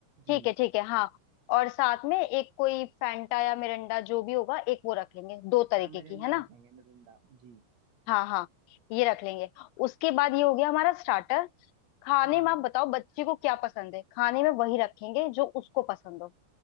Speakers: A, on the right; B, on the left.
A: जी
B: ठीक है ठीक है हाँ और साथ में एक कोई फैंटा या मिरिंडा जो भी होगा एक वो रख लेंगे दो
A: हाँ
B: तरीके
A: मिरिंडा
B: की है ना
A: रखेंगे मिरिंडा जी
B: हाँ हाँ ये रख लेंगे उसके बाद ये हो गया हमारा स्टार्टर खाने
A: हाँ
B: में आप बताओ बच्चे को क्या पसंद है खाने में वही रखेंगे जो उसको पसंद हो